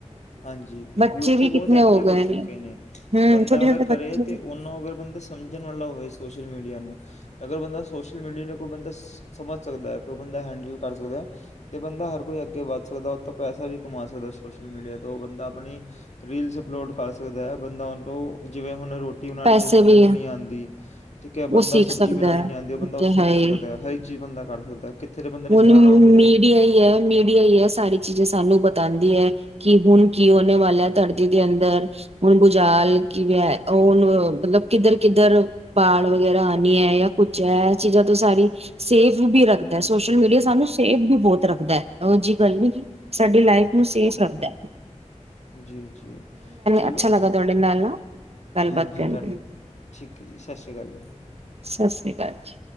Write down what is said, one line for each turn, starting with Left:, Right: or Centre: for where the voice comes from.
Left: ਹਾਂਜੀ
Right: ਬੱਚੇ
Left: ਲੋਕ
Right: ਵੀ
Left: ਬਹੁਤ
Right: ਕਿਤਨੇ
Left: ਐਕਟਿਵ
Right: ਗਏ
Left: ਹੋ ਚੁੱਕੇ ਨੇ
Right: ਹਮ
Left: ਬੰਦਾ
Right: ਛੋਟੇ
Left: ਅਗਰ
Right: ਛੋਟੇ
Left: ਕਰੇ
Right: ਬੱਚੇ
Left: ਤਾਂ ਉਹਨੂੰ ਅਗਰ ਬੰਦਾ ਸਮਝਣ ਵਾਲਾ ਹੋਵੇ ਸੋਸ਼ ਅਗਰ ਬੰਦਾ ਸ਼ੋਸ਼ਲ ਮੀਡੀਆ ਨੂੰ ਕੋਈ ਬੰਦਾ ਸਮਝ ਸਕਦਾ ਹੈ ਕਰ ਸਕਦਾ ਅਤੇ ਬੰਦਾ ਹਰ ਕੋਈ ਅੱਗੇ ਵੱਧ ਸਕਦਾ, ਓਹ ਤੋਂ ਪੈਸਾ ਵੀ ਕਮਾ ਸਕਦਾ ਸੋਸ਼ਲ ਮੀਡੀਆ ਤੋਂ ਬੰਦਾ ਆਪਣੀ ਰੀਲਸ ਅਪਲੋਡ ਕਰ ਸਕਦਾ, ਬੰਦਾ ਉਹ ਤੋਂ ਜਿਵੇਂ ਹੁਣ ਰੋਟੀ ਰੋਟੀ ਬਣਾਣੀ
Right: ਪੈਸੇ
Left: ਜਿਸ ਬਦੇ
Right: ਵੀ
Left: ਨੂੰ ਨਹੀਂ ਆਂਦੀ ਠੀਕ
Right: ਉਹ
Left: ਹੈ ਬੰਦਾ
Right: ਸੀਖ
Left: ਸਬਜ਼ੀ
Right: ਸਕਦਾ
Left: ਬਣਾਉਣੀ
Right: ਹੈ
Left: ਨੀ ਆਉਂਦੀ ਉਹ ਬੰਦਾ
Right: ਤੇ
Left: ਉਹ ਸਿੱਖ
Right: ਹੈ ਹੀ
Left: ਸਕਦਾ ਹਰ ਇੱਕ ਚੀਜ਼ ਬੰਦਾ ਕਰ ਸਕਦਾ ਕਿੱਥੇ ਦੇ ਬੰਦੇ ਨੇ
Right: ਹੁਣ ਮੀਡੀਆ
Left: ਜਾਣਾ ਹੋਵੇ
Right: ਈ ਐ, ਮੀਡੀਆ ਈ ਐ, ਸਾਰੀ ਚੀਜਾ ਸਾਨੂੰ ਪਤਾ ਤਾਉਂਦੀ ਹੈ ਕਿ ਹੁਣ ਕੀ ਓਹਨੇ ਵਾਲੈ ਧਰਤੀ ਦੇ ਅੰਦਰ ਹੁਣ ਬੁਝਾਲ ਕਿਵੇ ਮਤਲਬ ਕਿੱਧਰ, ਕਿੱਧਰ ਬਾੜ ਵਗੈਰਾ ਆਨੀ ਏ ਜਾਂ ਕੁਛ ਹੈ ਚੀਜ਼ਾਂ ਤੋਂ ਸਾਰੀ ਸੇਫ ਵੀ ਰੱਖਦਾ ਸੋਸ਼ਲ ਮੀਡੀਆ ਸਾਨ ਸੇਫ ਵੀ ਬਹੁਤ ਰੱਖਦਾ ਓਜੀ ਗੱਲ ਨੀ ਗੀ ਸਾਡੀ ਲਾਇਫ ਨੂੰ ਸੇਫ ਰੱਖਦੈ।
Left: ਜੀ, ਜੀ ਚਲੋ
Right: ਅੱਛਾ ਲੱਗਾ ਤੁਹਾਡੇ ਨਾਲ ਨਾ ਗੱਲਬਾਤ
Left: ਹਾਂਜੀ
Right: ਕਰਕੇ
Left: ਧੋਨ ਠੀਕ ਹੈ, ਜੀ ਸਤਿ ਸ਼੍ਰੀ ਅਕਾਲ ਜੀ।
Right: ਸਤਿ ਸ੍ਰੀ ਅਕਾਲ ਜੀ।